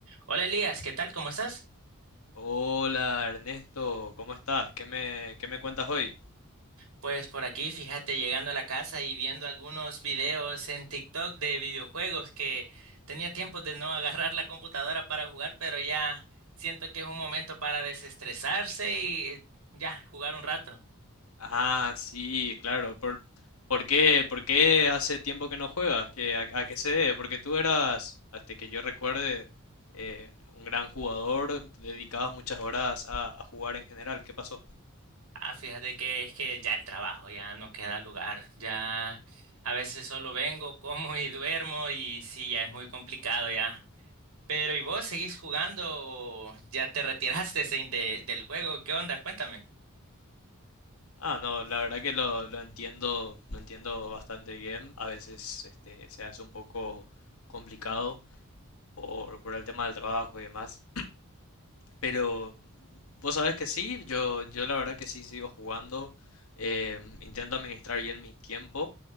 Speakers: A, on the right; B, on the left.
A: Hola Elías, ¿qué tal? ¿Cómo estás?
B: Hola Ernesto, ¿cómo estás? ¿Qué me, qué me cuentas hoy?
A: Pues por aquí, fíjate, llegando a la casa y viendo algunos videos en TikTok de videojuegos que tenía tiempo de no <laughs> agarrar la computadora para jugar, pero ya siento que es un momento para desestresarse y ya jugar un rato.
B: Ah, sí, claro. ¿Por, por qué, por qué hace tiempo que no juegas? ¿Qué, a, a qué se debe? Porque tú eras, hasta que yo recuerde, eh, un gran jugador, dedicabas muchas horas a, a jugar en general. ¿Qué pasó?
A: Ah, fíjate que es que ya el trabajo, ya no queda lugar, ya a veces solo vengo, <laughs> como y duermo y sí, ya es muy complicado ya. Pero ¿y vos seguís jugando o ya te retiraste <laughs> se- de- del juego? ¿Qué onda? Cuéntame.
B: Ah, no, la verdad que lo, lo entiendo, lo entiendo bastante bien. A veces este, se hace un poco complicado por, por el tema del trabajo y demás. Pero vos sabés que sí, yo, yo la verdad que sí sigo jugando, eh, intento administrar bien mi tiempo,